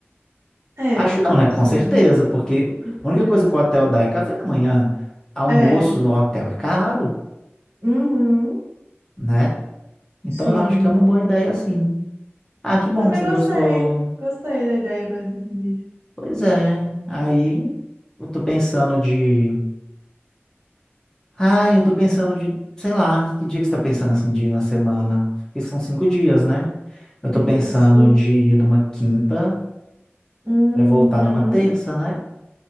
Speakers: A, on the right; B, on the left.
A: É,
B: Acho não, né? Com
A: Sim.
B: certeza, porque a única
A: isso.
B: coisa que o hotel dá é café da manhã. Almoço
A: É.
B: no hotel é caro
A: Uhum.
B: né? Então
A: Sim.
B: eu acho que é uma boa ideia, sim. Ah, que bom
A: Também
B: que você
A: gostei.
B: gostou.
A: Gostei da ideia do Airbnb.
B: Pois é. Aí eu tô pensando de. Ai, eu tô pensando de, sei lá, que dia que você tá pensando assim, de ir na semana? Porque são cinco dias, né? Eu tô
A: Isso.
B: pensando de ir numa quinta
A: Uhum.
B: pra voltar numa terça, né?